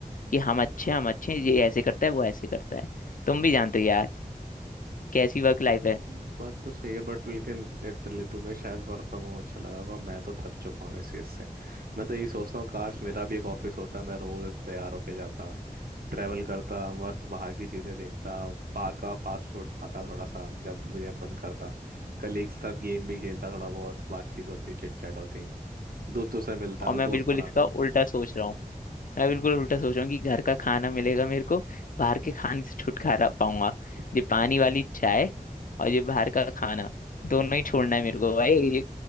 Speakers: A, on the left; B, on the right.
A: कि हम अच्छे हैं, हम अच्छे हैं, ये ऐसे करता है वो ऐसे करता है तुम भी जानते हो यार कैसी
B: हम्म,
A: वर्क लाइफ है
B: बात तो सही है बट लेकिन लिटरली तुम्हें शायद वर्क फ्रॉम होम अच्छा लग रहा होगा मैं तो थक चुका हूँ इस चीज़ से मैं तो यही सोचता हूँ काश मेरा भी एक ऑफिस होता मैं रोज ऐसे तैयार होके जाता ट्रैवल करता मस्त बाहर की चीज़ें देखता बाहर का फास्ट फूड खाता थोड़ा सा जब मुझे मन करता कलीग्स के साथ गेम भी खेलता थोड़ा बहुत बातचीत होती चिट चैट होती दोस्तों से मिलता
A: और मैं
B: दोस्त
A: बिल्कुल
B: बनाता
A: इसका उल्टा सोच रहा हूँ मैं बिल्कुल उल्टा सोच रहा हूँ कि घर का खाना मिलेगा मेरे को बाहर के खाने से छुटकारा पाऊंगा
B: <laughs>
A: ये पानी वाली चाय और ये बाहर का खाना दोनों ही छोड़ना है मेरे को भाई ये